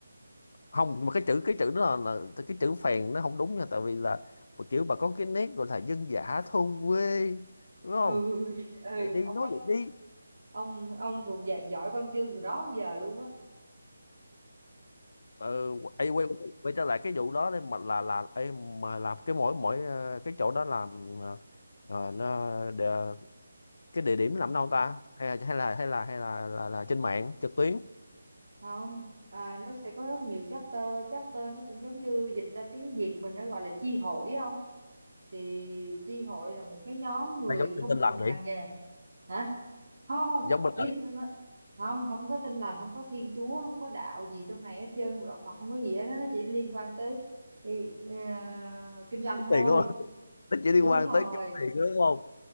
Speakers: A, on the left; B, on the right.
A: không mà cái chữ cái chữ đó là, là cái chữ phèn nó không đúng nha tại vì là kiểu bà có cái nét gọi là dân dã thôn quê đúng không
B: ừ ừ
A: vậy đi
B: ông
A: nói
B: nói
A: vậy đi
B: ông ông thuộc dạng giỏi văn chương rồi đó giờ luôn á
A: ừ, ấy, quay, quay trở lại cái vụ đó đi mà là là ấy, mà làm cái mỗi mỗi ờ, cái chỗ đó làm ờ, ờ, nó địa, cái địa điểm làm
B: đó.
A: đâu ta hay là hay là hay là hay là, là, là trên mạng trực tuyến
B: không à, nó sẽ có rất nhiều chapter chapter nó cũng giống như dịch ra tiếng Việt mình nó gọi là chi hội á không thì chi hội là một cái nhóm người
A: hay giống tin
B: không
A: tin lành
B: cùng
A: vậy
B: ngành nghề hả không không
A: giống bên
B: ý
A: lệnh
B: tôi nói không không có tin lành không có thiên chúa không có đạo gì trong này hết trơn đạo Phật không có gì hết đó nó chỉ liên quan tới thì, ờ,
A: <laughs>
B: kinh doanh
A: kiếm
B: thôi
A: tiền đúng không <laughs> nó chỉ
B: đúng
A: liên quan
B: rồi
A: tới kiếm tiền đúng không